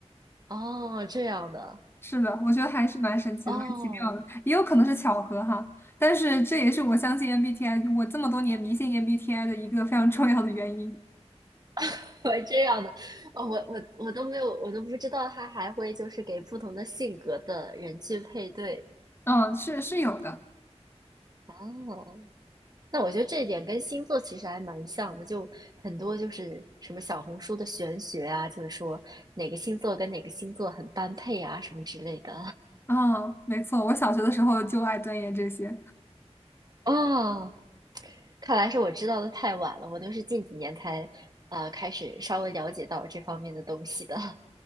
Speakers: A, on the right; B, on the left.
A: 哦，这样的。
B: 是的，我觉得还是蛮神奇的，
A: 哦，
B: 蛮奇妙的，也有可能是巧合哈。但是这也是我相信 MBTI，我这么多年迷信 MBTI 的一个非常重要的原因。
A: <laughs> 我这样的。哦，我我我都没有，我都不知道他还会就是给不同的性格的人去配对。
B: 嗯，是是有的。
A: 哦。那我觉得这一点跟星座其实还蛮像的，就很多就是什么小红书的玄学啊，就是说哪个星座跟哪个星座很般配啊，什么之类的。
B: 嗯，没错，我小学的时候就爱钻研这些，
A: <laughs> 哦，看来是我知道的太晚了，我都是近几年才呃开始稍微了解到这方面的东西的。